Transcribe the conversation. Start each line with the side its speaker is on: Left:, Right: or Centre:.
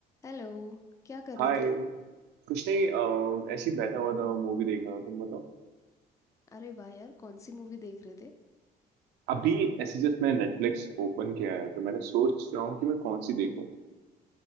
Left: हेलो क्या कर
Right: हाय
Left: रहे थे
Right: कुछ नहीं अ, ऐसे ही बैठा हुआ था मूवी देख रहा था तुम बताओ
Left: अरे वाह यार कौन सी मूवी देख रहे थे
Right: अभी ऐसे जस्ट मैंने नेटफ्लिक्स ओपन किया है तो मैंने सोच रहा हूँ कि मैं कौन सी देखूँ